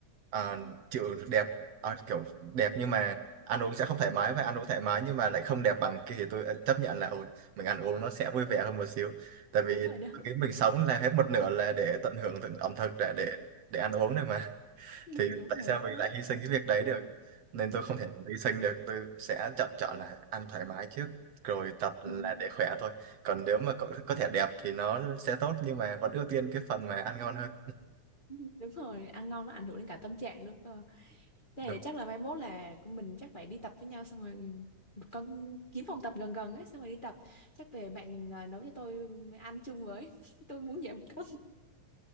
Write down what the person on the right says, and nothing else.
ờ, chịu đẹp ờ, kiểu đẹp nhưng mà ăn uống sẽ không thoải mái và ăn uống thoải mái nhưng mà lại không đẹp bằng kia thì tôi chấp nhận là ôi mình ăn uống nó sẽ vui vẻ hơn một xíu. Tại vì
cái mình sống là hết một nửa là để tận hưởng thực- ẩm thực để
để để ăn uống này mà.
thì
tại
sao
mình lại hy sinh cái việc đấy được nên tôi không thể nào hy sinh được tôi sẽ chọn chọn là ăn thoải mái trước rồi tập là
để khỏe thôi còn nếu mà có, có thể đẹp thì nó sẽ tốt nhưng mà vẫn ưu tiên cái phần mà ăn ngon hơn
được